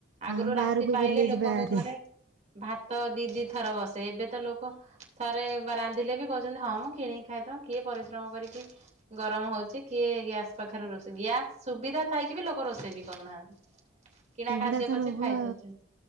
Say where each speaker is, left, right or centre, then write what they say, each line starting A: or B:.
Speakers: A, on the right; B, on the right.
A: ଆଗରୁ
B: ହଁ ବାହାରକୁ
A: ରାତି ପାଇଲେ
B: ବୁଲିଯିବା
A: ଲୋକଙ୍କ
B: ଆର।
A: ଘରେ ଭାତ ଦି ଦି ଥର ବସେ ଏବେ ତ ଲୋକ ଥରେ ରାନ୍ଧିଲେ ବି କହୁଛନ୍ତି ହଁ ମୁଁ କିଣିକି ଖାଇଦ କିଏ ପରିଶ୍ରମ କରିକି ଗରମ ହଉଛି କିଏ ଗ୍ୟାସ୍ ପାଖରେ ରୋ ଗ୍ୟାସ ସୁବିଧା ଥାଇି। କେବେ ଲୋକ ରୋଷେଇ ବି କରୁନାହାନ୍ତି। କିଣା
B: ସେଗୁଡା
A: ଖାଦ୍ୟ
B: ତ
A: ପଛେ
B: ରୋଗ
A: ଖାଇଦଉଛନ୍ତି